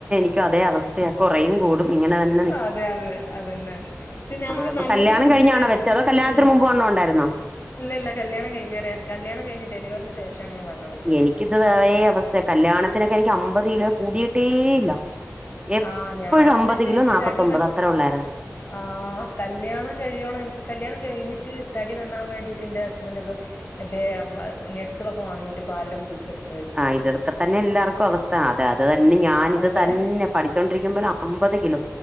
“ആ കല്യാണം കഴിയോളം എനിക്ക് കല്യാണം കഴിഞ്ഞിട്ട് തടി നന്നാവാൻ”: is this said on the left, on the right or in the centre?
Left